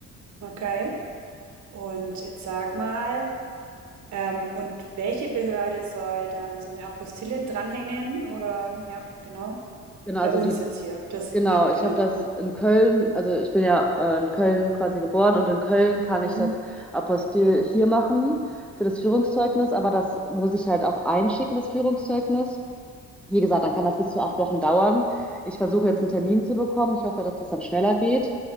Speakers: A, on the right; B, in the centre.
A: Okay. Und jetzt sag mal, ähm, und welche Behörde soll dann so eine Apostille dranhängen? Oder, ja, genau.
B: Genau, also
A: Bei uns
B: die,
A: jetzt hier, das,
B: genau,
A: ja,
B: ich
A: genau.
B: habe das
A: Hm.
B: in Köln, also ich bin ja äh, in Köln quasi geboren und in Köln kann
A: Mhm.
B: ich das Apostil hier machen für das Führungszeugnis, aber das muss ich halt auch einschicken, das Führungszeugnis. Wie gesagt, dann kann das bis zu acht Wochen dauern. Ich versuche jetzt
A: Mhm.
B: einen Termin zu bekommen. Ich hoffe, dass das dann schneller geht,